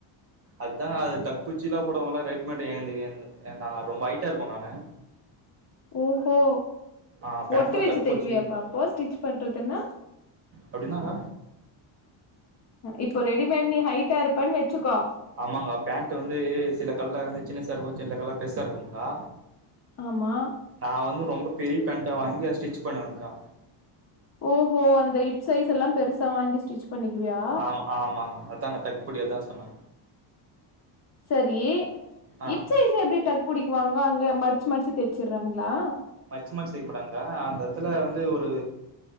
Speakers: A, on the right; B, on the left.
A: அதுதா அது டக் புடிச்சுலா போடுவாங்கல்ல ரெடிமேட் ஏந்த நா ரொம்ப ஹட்டா இருக்கு நானு
B: ஓஹோ
A: ஆ பேண்ட்ல
B: ஒட்டு வெச்சு
A: தக்பூச்சி
B: தைக்குவியாப்பா அப்போ ஸ்டிச் பண்றதுன்னா
A: அப்டின்னாங்க
B: இப்ப ரெடிமேட் நீ ஹைட்டா இருப்பேன்னு வெச்சுக்கோ
A: ஆமாங்கா பேண்ட்டு வந்து சில கட்ல வந்து சின்ன <unintelligible> பெர்சா இருக்குங்க்கா
B: ஆமா
A: நா வந்து ரொம்ப பெரிய பேண்டா வாங்கி அத ஸ்டிச் பண்வேக்கா
B: ஓஹோ அந்த ஹிப் சைஸ் எல்லா பெருசா வாங்கி ஸ்டிச் பண்ணிக்குவியா
A: ஆமா ஆமாங்க அதாங்க டக் புடி அதா சொன்ன
B: செரி
A: ஆ
B: இப்சைஸ் எப்டி டக் புடிக்குவாங்க அங்க மடிச்சு மடிச்சு தைச்சறாங்களா
A: மடிச்சு மடிச்சு தெக்க மாட்டாங்க்கா அந்த எத்துல வந்து ஒரு